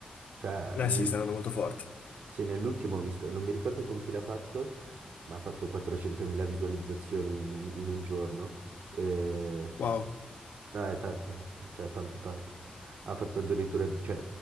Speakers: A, on the right; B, on the left.
A: cioè
B: Eh
A: nel-
B: sì, sta andando molto forte.
A: sì, nell'ultimo ho visto, non mi ricordo con chi l'ha fatto, ma ha fatto 400.000 visualizzazioni in un, in un giorno, eh,
B: Wow.
A: no, è tanto, cioè tanto tanto, ha fatto addirittura, di- cioè